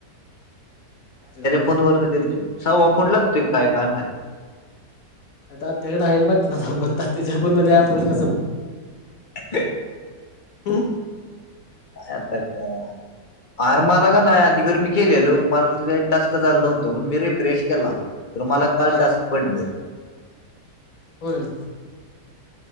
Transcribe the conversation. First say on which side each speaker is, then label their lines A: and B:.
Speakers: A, on the left; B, on the left.
A: <inaudible>
B: फोन वरन कर कि. कव्ह फोन लागतो काय, काय माहित?
A: आता आ <unintelligible> त्याकडे आहे बटनाचा फोन त्याच्या मध्ये ऍप होईल का?
B: ह. <inaudible>
A: हम्म
B: <unintelligible> अरे मला का नाही आधी गर्मी केलेलो मला टास्क झालं नव्हतो मी रेप्रेश केला तर मला काल
A: हा
B: टास्क पडलें.
A: होयर.